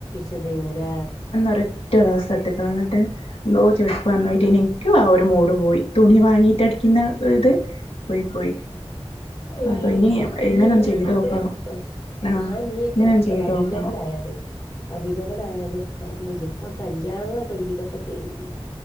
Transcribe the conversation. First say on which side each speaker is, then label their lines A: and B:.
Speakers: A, on the left; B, on the left.
A: <unintelligible> യ്നിലെ
B: ഒറ്റ ദിവസ <unintelligible> എന്തോ ചെടുപ്പ് വന്നോയിട്ട എനികും ആ ഒരു മൂട് പോയി തുണി വാങ്ങിട്ട് മുറ്റടിക്കുന്ന ഒരു ത് പോയി പോയി
A: ആ
B: അപ്പൊ
A: ഇനി
B: ഇങ്ങനൊന്ന്
A: ങ്ങളെ
B: ചെയ്തോക്കണം
A: അടിപ്പിക്കണം
B: ആഹ്
A: ഞാൻ ഇനി
B: ഇങ്ങനൊന്ന് ചെയ്തോക്കണം
A: റബിലവലായാലേ റപിലവലായാലും എടുക്കണം ഇല്ല ഇപ്പൊ കല്യാണങ്ങൊക്കെ ഒരുവിധൊക്കെ കഴിഞ്ഞു